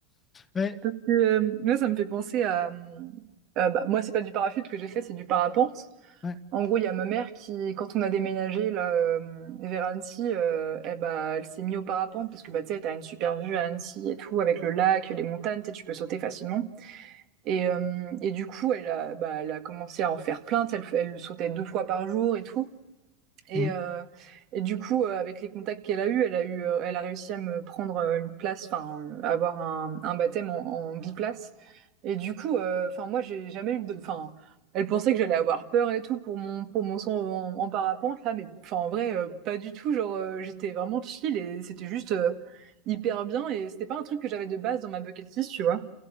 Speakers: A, on the right; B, on the left.
A: <laughs>
B: Ouais,
A: Parce que euh, moi ça me fait penser à euh, euh, bah, moi c'est pas du parachute que j'ai fait c'est du parapente.
B: ouais.
A: En gros il y a ma mère qui quand on a déménagé là euh, vers Annecy euh, eh bah elle s'est mise au parapente parce que bah tu sais t'as une super vue à Annecy et tout avec le lac les montagnes tu sais, tu peux sauter facilement. Et, euh, et du coup, elle a, bah, elle a commencé à en faire plainte. Elle, elle sautait deux fois par jour et tout. Et,
B: Mm.
A: euh, et du coup, euh, avec les contacts qu'elle a eu, elle a eu, euh, elle a réussi à me prendre euh, une place, enfin, euh, avoir un, un baptême en, en biplace. Et du coup, enfin, euh, enfin, moi, j'ai jamais eu de, enfin, elle pensait que j'allais avoir peur et tout pour mon, pour mon saut en, en parapente là, mais enfin, en vrai, euh, pas du tout. Genre, euh, j'étais vraiment chill et c'était juste euh, hyper bien. Et c'était pas un truc que j'avais de base dans ma bucket list, tu vois.